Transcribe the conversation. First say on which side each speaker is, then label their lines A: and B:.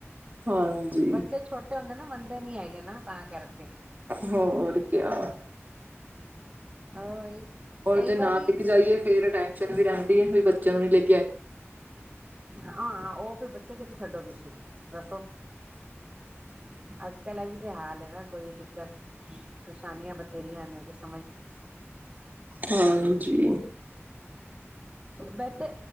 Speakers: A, on the right (about 40°); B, on the right (about 25°).
A: ਹਾਂਜੀ
B: ਬੱਚੇ ਛੋਟੇ ਹੁੰਦੇ ਨਾ ਮੰਦੇ ਨੀ ਹੈਗੇ ਨਾ ਤਾਂ ਕਰਕੇ
A: ਹੋ ਰ ਕਿਆ
B: ਉਹੀ
A: ਹੋਰ
B: ਕਈ
A: ਜੇ
B: ਵਾਰੀ
A: ਨਾ ਲਗ ਜਾਈਏ ਫੇਰ ਟੈਨਸ਼ਨ ਵੀ ਰਹਿੰਦੀ ਹੈ। ਵਈ ਬੱਚਿਆਂ ਨੂੰ ਨਹੀਂ ਲੇ
B: ਹਾਂ, ਉਹ ਫਿਰ ਬੱਚੇ ਕਿਥੇ ਛੱਡੋ ਤੁਸੀਂ? ਦੱਸੋ? ਅੱਜ ਕੱਲ ਐ ਵੀ ਤੇ ਹਾਲ ਐ ਨਾ ਕੋਈ ਦਿੱਕਤ ਪਰੇਸ਼ਾਨੀਆਂ ਬਥੇਰੀਆਂ ਨੇ, ਕੁਸ
A: ਹਾਂਜੀ।
B: ਮੈ ਤੇ,